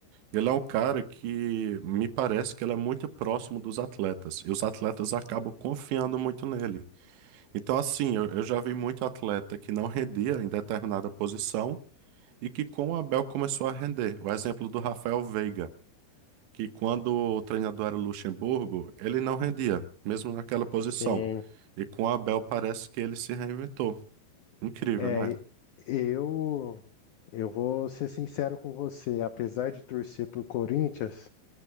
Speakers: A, on the right; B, on the left.
A: Ele é um cara que me parece que ele é muito próximo dos atletas, e os atletas acabam confiando muito nele. Então, assim, eu, eu já vi muito atleta que não rendia em determinada posição e que com o Abel começou a render. O exemplo do Rafael Veiga, que quando o treinador era o Luxemburgo, ele não rendia, mesmo naquela posição.
B: Sim.
A: E com o Abel parece que ele se reinventou. Incrível,
B: É,
A: né?
B: eu Eu vou ser sincero com você, apesar de torcer por Corinthians,